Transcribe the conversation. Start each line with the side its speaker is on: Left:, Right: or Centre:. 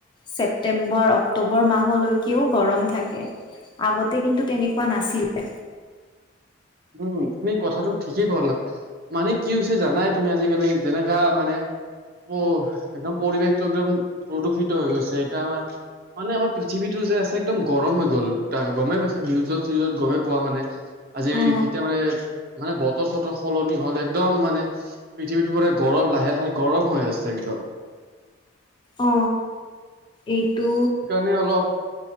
Left: ছেপ্তেম্বৰ অক্টোবৰ মাহলৈকেও গৰম থাকে। আগতে কিন্তু তেনেকুৱা নাছিলে।
Right: উম, তুমি কথাটো ঠিকেই ক'লা। মানে কি হৈছে জানাই তুমি আজিকালি, যেনেকা মানে প একদম পৰিৱেশটো একদম প্ৰদূষিত হৈ গৈছে, এতিয়া আমাৰ মানে আমাৰ পৃথিৱীটো যে আছে একদম গৰম হৈ গ'ল, ত' গমেই পাইছা নিউজত-চিউজত গমেই পোৱা মানে। আজি
Left: অ
Right: কেতিয়া মানে, মানে বতৰ-চতৰ সলনি হ'ল, একদম মানে পৃথিৱীটো গৰম, লাহে লাহে গৰম হৈ আছে একদম।
Left: অ এইটো
Right: মানে অলপ